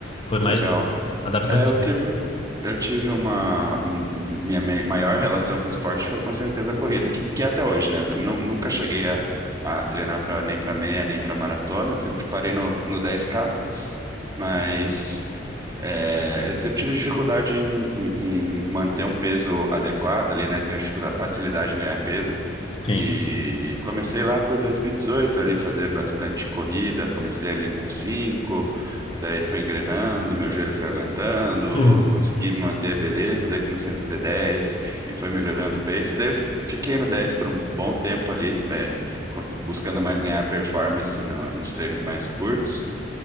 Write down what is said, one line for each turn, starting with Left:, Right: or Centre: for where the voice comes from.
Left: Foi
Right: que
Left: mais
Right: legal.
Left: adaptativo.
Right: É, eu tive, eu tive uma. m- Minha me- maior relação com o esporte foi com certeza a corrida, que, que é até hoje, né? Eu também não- nunca cheguei a, a treinar pra, nem para meia, nem para maratona, sempre parei no, no 10K, mas é, eu sempre tive dificuldade em, em- em manter um peso adequado ali, né? Tenho dificuldade, facilidade em ganhar peso.
Left: Sim.
Right: E comecei lá por 2018 ali fazer bastante corrida, comecei ali com 5, daí foi engrenando, meu joelho foi aguentando,
Left: Hum.
Right: consegui manter a beleza, daí comecei a fazer 10 e foi melhorando o pace, daí eu f- fiquei no 10 por um bom tempo ali, é, con- buscando mais ganhar performance no- nos treinos mais curtos.